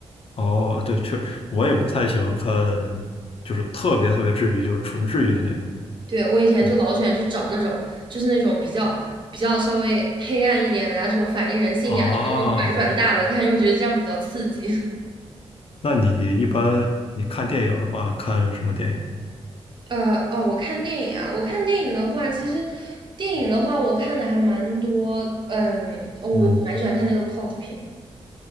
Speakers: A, on the left (about 60°); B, on the right (about 45°).
A: 哦，对，确，我也不太喜欢看，就是特别特别治愈，就是纯治愈的那种。
B: 对，我以前就老喜欢去找那种，
A: 对
B: 就是那种比较比较稍微黑暗一点的呀，什么反映人性的呀，
A: 啊，
B: 什么那种反转大的看，又觉得这样比较刺激。<laughs>
A: 那你一般你看电影的话，看什么电影？
B: 呃，哦，我看电影啊，我看电影的话，其实电影的话，我看的还蛮多。嗯，我蛮喜欢看那个
A: 嗯，
B: cult 片，